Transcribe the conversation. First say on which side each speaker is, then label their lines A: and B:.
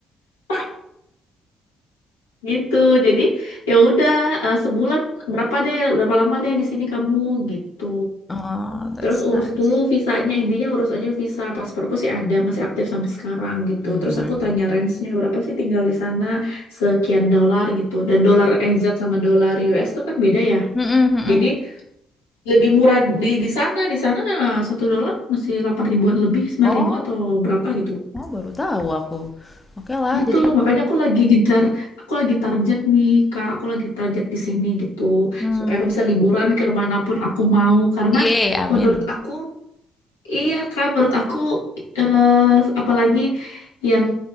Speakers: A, on the left; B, on the left.
A: Ah, gitu. Jadi ya udah eh, sebulan berapa deh berapa lama deh di sini kamu gitu.
B: Oh, that's
A: Terus urus
B: nice.
A: dulu visanya, intinya urus aja visa. Pasporku sih ada, masih aktif sampai sekarang gitu.
B: Mmm.
A: Terus aku tanya range-nya berapa sih tinggal di sana sekian dolar gitu. Dan dolar NZ sama dolar US tuh kan beda ya.
B: Mhm mhm.
A: Jadi lebih murah di di sana, di sana satu dolar masih 8 ribuan lebih, sembilan
B: Oh
A: ribu atau berapa gitu.
B: oh, baru tahu aku. Oke lah,
A: Gitu,
B: jadi
A: makanya aku lagi gencar, aku lagi target nih, Kak, aku lagi target di sini gitu.
B: mmm,
A: Supaya aku bisa liburan kemanapun aku mau karena
B: yeay, amin.
A: menurut aku Iya kan, menurut aku eh, apalagi yang